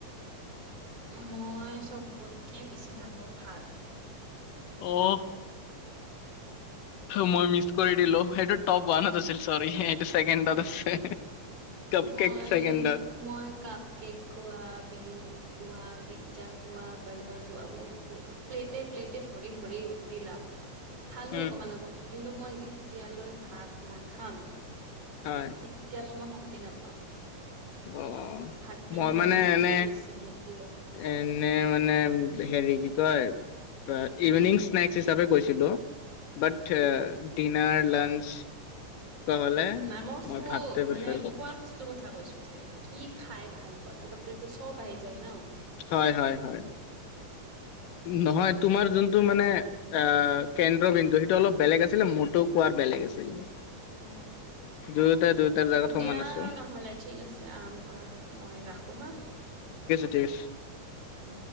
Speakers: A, on the right; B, on the left.
A: মই চবতকে বেছি ভাল পাওঁ ভাত
B: অ মই মিচ কৰি দিলো সেইটো টপ ওৱানত আছিল ছৰি চেকেণ্ড আছে কাপ
A: মই
B: কেক ছেকেণ্ডত
A: মই কাপ কেক খোৱা বিৰিয়ানী কোৱা পিজ্জা কোৱা বাৰ্গাৰ কোৱা মোক প্লেটে প্লেটে ভৰি ভৰি দিলা খালো
B: উম
A: অকমান অকমান কিন্তু মই যেতিয়ালৈ ভাত নাখাম
B: হয়।
A: তেতিয়াহ'লে মই শান্তি নাপাম
B: অ
A: ত' ভাতটোৱে
B: মই
A: মোৰ
B: মানে
A: চবতকে
B: এনেই
A: বেছি মানে প্ৰিয়।
B: এনে মানে হেৰি কি কয় ইভিনিং ছেনক হিচাপে কৈছিলো ব ডিনাৰ লাঞ্চ হলে
A: নাই মই ফু
B: ভাতটোৱে প্ৰিফাৰ
A: মানে
B: কৰো
A: খোৱা বস্তুৰ কথা কৈছোঁ কি খাই ভাল পোৱা ত তহঁতে সব আহি যায় ন
B: হয়, হয়, হয়। নহয় তোমাৰ যোনটো মানে অ কেন্দ্ৰবিন্দু সেইটো অলপ বেলেগ আছে কিন্তু মটো কোৱাৰ বেলেগ আছিলে।
A: অ
B: দুয়োটা দুয়োটাৰ জেগাত
A: দিয়া
B: সমান আছো
A: নহ'লে ঠিক আছে আৰাম কৰা মই ৰাখো হা।
B: আহ
A: উম।